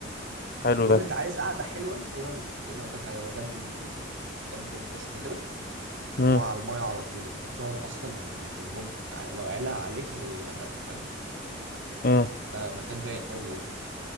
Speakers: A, on the left (about 50°); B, on the right (about 80°).
A: حلو
B: المهم
A: ده
B: انت عايز قعده حلوه هو الكافيه اللي أنا قلت لك عليه هو جنب ال... جنب الاسم كده
A: مم.
B: وعلى المايه على طول يعني انت بتقعد اصلا الموج ع- لو علا عليك هيغرقك فاهم
A: مم.
B: فمكان رايق قوي يعني